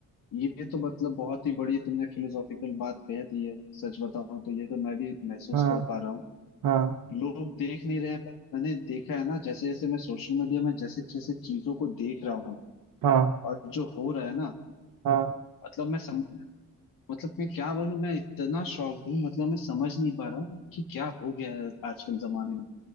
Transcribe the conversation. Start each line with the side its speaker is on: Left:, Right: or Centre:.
Left: ये तो मतलब बहुत ही बड़ी तुमने फिलोसॉफिकल बात कह दी है सच बताऊं तो ये तो मैं भी महसूस
Right: हाँ
Left: कर पा रहा हूँ
Right: हाँ
Left: लोग देख नहीं रहे हैं पर मैंने देखा है ना जैसे जैसे मैं सोशल मीडिया में जैसे जैसे चीजों को देख रहा हूँ
Right: हाँ
Left: और जो हो रहा है ना
Right: हाँ
Left: मतलब मैं सम, मतलब मैं क्या बोलूं मैं इतना शॉक्ड हूँ मतलब मैं समझ नहीं पा रहा कि क्या हो गया है आजकल जमाने में